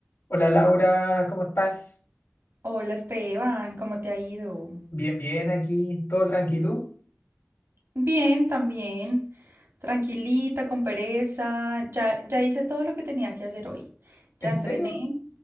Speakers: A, on the left; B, on the right.
A: Hola Laura, ¿cómo estás?
B: Hola Esteban, ¿cómo te ha ido?
A: Bien, bien, aquí, todo tranquilo.
B: Bien, también. Tranquilita, con pereza. Ya, ya hice todo lo que tenía que hacer hoy.
A: ¿En
B: Ya entrené,
A: serio?